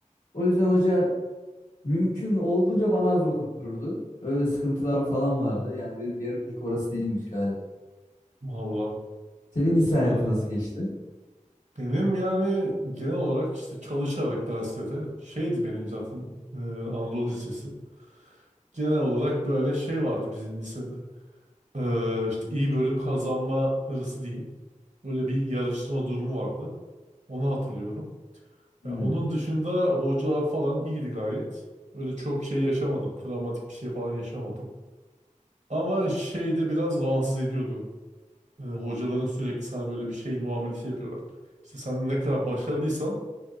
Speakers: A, on the left; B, on the right.
A: O yüzden hoca mümkün olduğunca bana az okuttururdu. Öyle sıkıntılarım falan vardı. Yani benim yerim pek orası değilmiş galiba.
B: Valla.
A: Senin lise hayatı
B: Ha,
A: nasıl geçti?
B: benim yani genel olarak işte çalışarak derslere şeydi benim zaten e, Anadolu Lisesi. Genel olarak böyle şey vardı bizim lisede. E, işte iyi bölüm kazanma hırsı diyeyim. Öyle bir yarıştırma durumu vardı. Onu hatırlıyorum.
A: Hmm,
B: Ya onun dışında hocalar falan iyiydi gayet. Öyle çok şey yaşamadım. Travmatik bir şey falan yaşamadım. Ama şey de biraz rahatsız ediyordu. E, hocaların sürekli sana böyle bir şey muamelesi yapıyorlar. İşte sen ne kadar başarılıysan